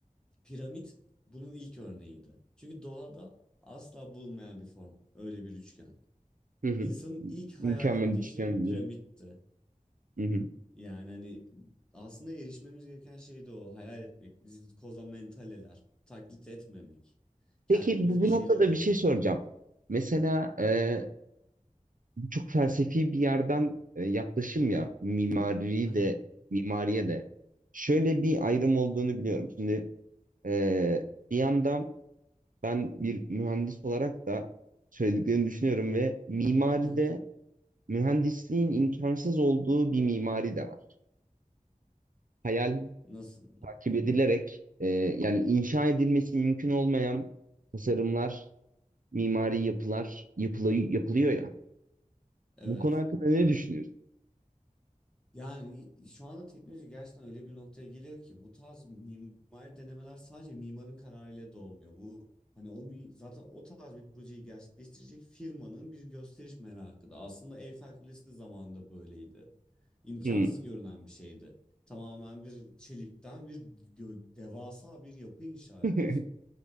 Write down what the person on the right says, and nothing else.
Hı hı.
Mükemmel
üçgen.
Hı hı.
Peki bu, bu
noktada
bir şey soracağım. Mesela
e, çok felsefi bir yerden e, yaklaşım ya mimari
de mimariye de şöyle bir ayrım olduğunu biliyorum. Şimdi e, bir yandan ben bir mühendis olarak da söylediklerini düşünüyorum ve mimaride
mühendisliğin imkansız olduğu bir mimari de var. Hayal
takip edilerek e, yani inşa edilmesi mümkün olmayan tasarımlar, mimari yapılar yapılıyor, yapılıyor ya.
Bu konu hakkında ne
düşünüyorsun?
Hmm.
<laughs>